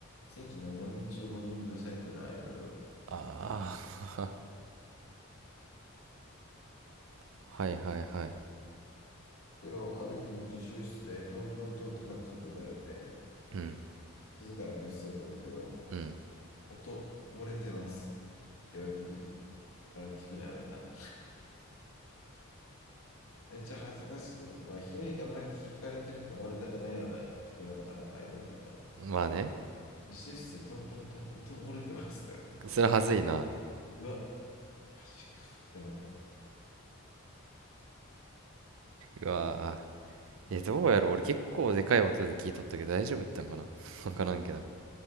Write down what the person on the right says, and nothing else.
ああ <laughs> はいはいはい
うん
うん
まあね
それはずいな
うわ
ーえどうやろう俺結構でかい音で聞いとったけど大丈夫だったんかな <laughs> わからんけど